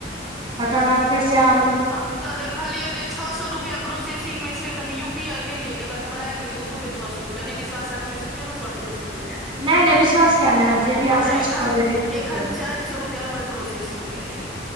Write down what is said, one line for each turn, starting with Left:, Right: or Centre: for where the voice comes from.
Right: तकर बाद फेर से आ
Centre: हम स देखलियै जे छ सए रुपया प्रो फेसिंग मे छै तऽ हम यू पी आई देलिय तहि बाद हमरबि गेल दू दू बेर छ छ सए रूपया नहिश्वास हत त हम स्क्रीनो शर्ट भेज सकै छी
Right: नहि नहि विश्वास किया नहि हैत जे भी अहाँ
Centre: आर
Right: सच
Centre: एखन
Right: कहबै झूठ नहि
Centre: एखन
Right: कहबै
Centre: चारि सए रुपआ हमर प्रोसेसिंग मे अय